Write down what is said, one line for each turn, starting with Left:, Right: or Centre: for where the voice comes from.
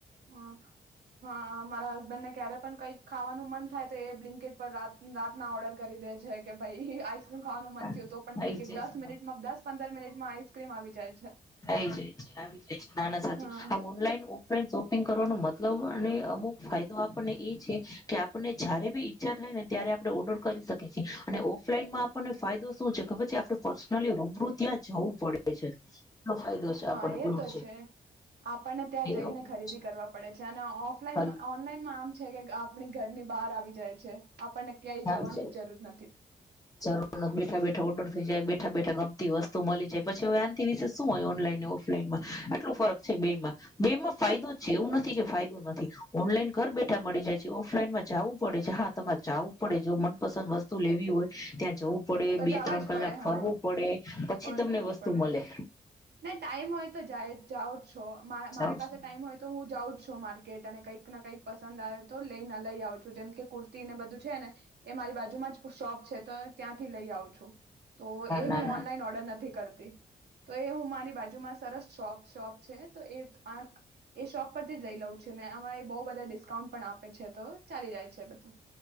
Right: હ હા મારા હસબેન્ડને ક્યારે પણ કઈક ખાવાનું મન થાય, તો એ બ્લિંકેટ પર રાતના ઓર્ડર કરી દે છે કે ભાઈ નું ખાવાનું મન
Left: હા
Right: થયું
Left: આઈ
Right: બ્લેનકીટ
Left: જાય
Right: દસ
Left: છે
Right: મિનિટમાં દસ પંદર મિનિટમાં આઈસક્રીમ આવી જાય છે.
Left: આવી જાય છે આવી જાય છે નાના સાચી
Right: હા
Left: આ ઓનલાઈન ઓફલાઈન શોપિંગ કરવાનો મતલબ અને અમુક ફાયદો આપણને એ છે કે આપને જયારે બી ઈચ્છા થાય ને ત્યારે આપણે ઓર્ડર કરી શકીએ છીએ અને, ઓફલાઈનમાં આપણને ફાયદો શું છે ખબર છે, આપણે પર્સનલી રૂબરૂ ત્યાં જવું પડે છે. એટલો ફાયદો છે આપણને
Right: હા
Left: બોલું
Right: એ તો છે આપણને ત્યાં જઈને
Left: એવું બધું
Right: ખરીદી
Left: છે
Right: કરવા પડે છે, અને ઓફલાઈન
Left: ખરું
Right: ઓનલાઈનમાં આમ છે કે આપણી ઘરની બહાર આવી જાય છે. આપણને ક્યાંય
Left: આવી
Right: જવાની
Left: જાય
Right: જ જરૂર નથી.
Left: જરૂર બેઠા બેઠા ઓર્ડર થઈ જાયે બેઠા બેઠા ગમતી વસ્તુ મળી જાય, પછી આનથી વિશે શું હોય ઓનલાઈન ઓફલાઈનમાં આટલું
Right: હમ,
Left: ફરક છે, બે માં બેમા ફાયદો છે એવું નથી કે ફાયદો નથી ઓનલાઈન ઘર બેઠા મળી જાય છે. ઓફલાઈનમાં જવું પડે છે. હા તમારે જાવું પડે જો મનપસંદ વસ્તુ લેવી હોય ત્યાં જવું પડે
Right: તો
Left: બે
Right: જવા
Left: ત્રણ
Right: જ
Left: કલાક
Right: પડે
Left: ફરવું
Right: હા
Left: પડે પછી
Right: ફરવું
Left: તમને વસ્તુ
Right: જ પડે
Left: મળે.
Right: ને ટાઈમ હોય તો જાય જ જાઓ જ મારી
Left: હા
Right: પાસે ટાઈમ હોય તો હું જાઉ જ છું. માર્કેટ - કંઈક ને કંઈક પસંદ આવે તો લઈને લઈ આવ છું. જેમ કે કુર્તી ને બધું છે ને એ મારી બાજુમાં જ શોપ છે તો ત્યાંથી લઈ આવ છું. તો એ
Left: ના
Right: હું
Left: ના
Right: ઓનલાઈન ઓર્ડર નથી કરતી. એ હું મારી બાજુમાં સરસ શોપ શોપ છે તો એ એ શોપ પરથી જ લઈ લઉં છે ને આમાં એ બહુ બધા ડિસ્કાઉન્ટ પણ આપે છે તો ચાલી જાય છે. બધું